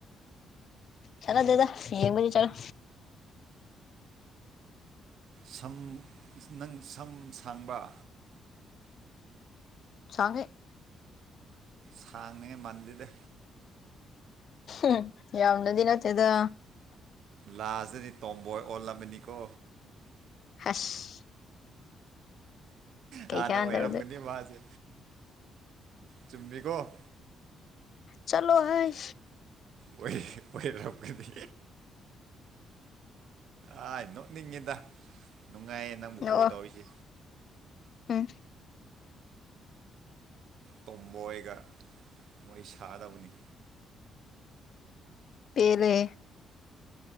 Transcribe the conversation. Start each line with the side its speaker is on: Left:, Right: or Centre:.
Left: ꯁꯥꯟꯅꯗꯦꯗ ꯌꯦꯡꯕꯗꯤ ꯆꯠꯂꯤ
Right: ꯁꯝ ꯅꯪ ꯁꯝ ꯁꯥꯡꯕ꯭ꯔꯥ
Left: ꯁꯥꯡꯉꯤ
Right: ꯁꯥꯡꯅꯤꯉꯥꯢ ꯃꯥꯟꯗꯦꯗ
Left: ꯎꯝ‌ ꯌꯥꯝꯅꯗꯤ ꯅꯠꯇꯦꯗ
Right: ꯂꯥꯁ ꯇꯗꯤ ꯇꯣꯝꯕꯣꯏ ꯑꯣꯜꯂꯝꯃꯅꯤꯀꯣ
Left: ꯍꯁ ꯀꯩꯀꯥꯟꯗꯕꯗ
Right: ꯍꯥꯟꯅ ꯑꯣꯏꯔꯝꯒꯅꯤ ꯃꯥꯁꯦ ꯆꯨꯝꯃꯤꯀꯣ
Left: ꯆꯠꯂꯣ ꯍꯦ
Right: ꯑꯣꯏ ꯑꯣꯏꯔꯝꯒꯅꯤ ꯑꯥꯏ ꯅꯣꯛꯅꯤꯡꯉꯦꯗ ꯅꯨꯡꯉꯥꯏꯌꯦ ꯅꯪꯕꯨ
Left: ꯅꯣꯛꯑꯣ
Right: ꯀꯣꯜ ꯇꯧꯔꯤꯁꯦ
Left: ꯎꯝ
Right: ꯇꯣꯝꯕꯣꯏꯒ ꯋꯥꯔꯤ ꯁꯒꯗꯕꯅꯤ
Left: ꯄꯦꯜꯂꯦ